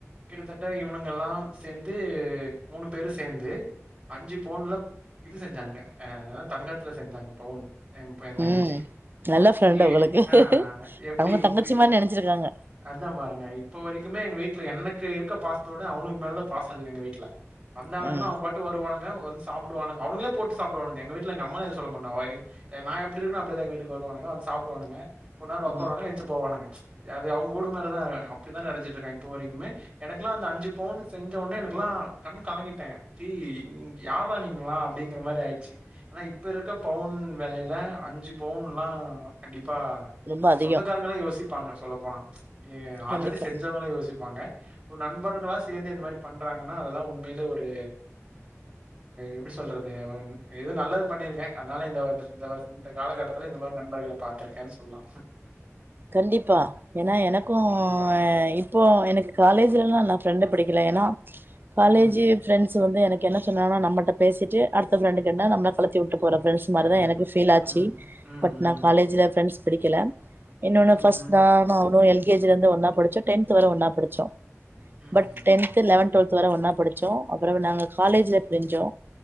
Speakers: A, on the right (about 20°); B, on the right (about 40°).
A: கிட்டத்தட்ட இவுனுங்கலா சேர்ந்து மூணு பேரு சேர்ந்து அஞ்சு பவுன்ல இது செஞ்சானுங்க தங்கத்துல செஞ்சாங்க பவுன் எய தங்கச்சிக்கு
B: ம் நல்ல ஃப்ரெண்டு
A: இ
B: உங்களுக்கு
A: ஆ எப்டி
B: அவங்க
A: இப்டி
B: தங்கச்சி மாரி நெனைச்சிருக்காங்க
A: அதா பாருங்க இப்ப வரைக்குமே எங்க வீட்ல எனக்கு இருக்க பாசத்த விட அவுனுங்க மேல தா பாசோதா அதிகோ எங்க வீட்ல வந்தானுங்கனா
B: ம்
A: அவ பாட்டுக்கு வருவானுங்க வந்து சாப்டுவானுங்க அவுனுங்களே போட்டு சாப்டுவானுங்க எங்க வீட்ல எங்க அம்மாலா எதுவு சொல்ல மாட்டாங்க நா எப்டி இருக்கனோ அப்டிதா எங்க வீட்டுக்கு வருவானுங்க வந்து சாப்டுவானுங்க கொஞ்ச நேரோ உக்காருவானுங்க
B: ம்
A: என்ச்சு போவானுங்க அது அவுங்க வூடு மாரி தா அப்டிதா நனச்சிட்டு இருக்காங்க இப்ப வரைக்குமே எனக்கெல்லா அந்த அஞ்சு பவுன் செஞ்ச உடனே எனக்கெல்லா கண் கலங்கிட்ட டேய் யார்ரா நீங்களா அப்டிங்குற மாரி ஆயிடுச்சு ஆனா இப்ப இருக்க பவுன் விலையில அஞ்சு ப வுன்லா கண்டிப்பா
B: ரொம்ப அதிகோ
A: சொந்தக்காரங்களே யோசிப்பாங்க சொல்ல போனா ஆல்ரெடி
B: கண்டிப்பா
A: செஞ்சவங்களே யோசிப்பாங்க நண்பர்களா சேந்து இந்த மாரி பண்றாங்கனா அதெல்லா உண்மையிலே ஒரு எப்டி சொல்றது ஏதோ நல்லது பண்ணிருக்க அதனால இந்த கால இந்த மாரி நண்பர்கள பாத்திருக்கனு சொல்லா
B: கண்டிப்பா ஏனா எனக்கூ இப்போ எனக்கு காலேஜ்லலா நா ஃப்ரெண்ட் புடிக்கல ஏனா காலேஜி
A: ம்.
B: ப்ரெண்ட்ஸ் வந்து எனக்கு என்ன சொன்னாங்கனா நம்மட்ட பேசிட்டு அடுத்த ரெண்டு கேனா நம்மல கொழுத்தி விட்டு போற ஃப்ரெண்ட்ஸ் மாரி
A: கண்டிப்பா.
B: தா எனக்கு ஃபீல் ஆச்சு
A: ம். ம்,
B: பட்
A: ம்.
B: நா காலேஜ்ல ஃபிரெண்ட்ஸ் புடிக்கல இன்னொன்னு
A: ம்ஹ்ம்.
B: ஃபர்ஸ்ட் நானு அவனு எல்கேஜில இருந்து ஒன்னா படிச்சோ டென்த் வர ஒன்னா படிச்சோ
A: ம்ஹ்ம்.
B: பட் டென்த் லெவன்த் டுவெல்த் வர ஒன்னா படிச்சோ அப்றோ நாங்க காலேஜ்ல பிரிஞ்சோ